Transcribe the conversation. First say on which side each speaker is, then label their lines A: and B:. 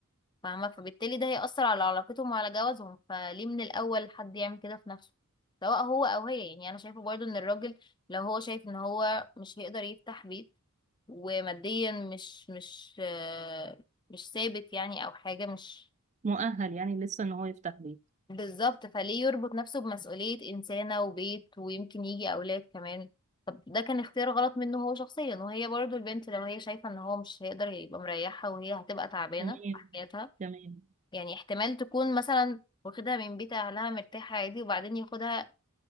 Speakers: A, on the left; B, on the right.
A: فاهمة فبالتالي ده هيأثر على علاقتهم وعلى جوازهم فليه من الأول حد يعمل كده في نفسه سواء هو أو هي يعني أنا شايفة برضو إن الراجل لو هو شايف إن هو مش هيقدر يفتح بيت وماديا مش مش آه، مش ثابت يعني أو حاجة مش
B: مؤهل يعني لسه إن هو يفتح بيت
A: بالظبط فليه يربط نفسه بمسؤولية إنسانة وبيت ويمكن يجي أولاد كمان طب ده كان اختيار غلط منه هو شخصيا وهي برضو البنت لو هي شايفة إن هو مش هيقدر يبقى مريحها وهي هتبقى تعبانة
B: تمام
A: في حياتها
B: تمام
A: يعني احتمال تكون مثلا واخدها من بيت اهلها مرتاحة عادي وبعدين ياخدها